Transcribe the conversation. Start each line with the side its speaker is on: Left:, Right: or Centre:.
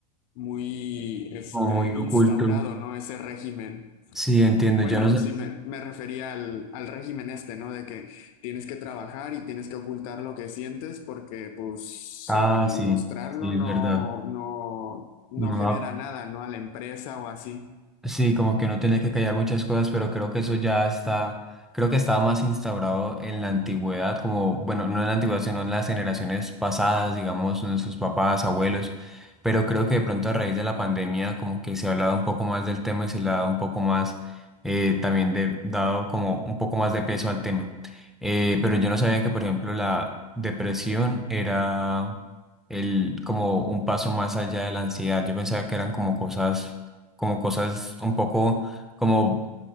Left: muy este,
Centre: Como muy oculto.
Left: instaurado, ¿no? Ese régimen.
Centre: Sí, entiendo.
Left: Bueno,
Centre: Yo no sé.
Left: sí me, me refería al, al régimen este, ¿no? De que tienes que trabajar y tienes que ocultar lo que sientes porque pues
Centre: Ah,
Left: el
Centre: sí,
Left: mostrarlo
Centre: sí, es
Left: no,
Centre: verdad.
Left: no, no
Centre: No,
Left: genera nada, ¿no? A la empresa o así.
Centre: Sí, como que uno tiene que callar muchas cosas, pero creo que eso ya está, creo que estaba más instaurado en la antigüedad, como, bueno, no en la antigüedad, sino en las generaciones pasadas, digamos, nuestros papás, abuelos, pero creo que de pronto a raíz de la pandemia como que se ha hablado un poco más del tema y se le ha dado un poco más, eh, también de, dado como un poco más de peso al tema. Eh, pero yo no sabía que, por ejemplo, la depresión era el, como un paso más allá de la ansiedad. Yo pensaba que eran como cosas como cosas un poco como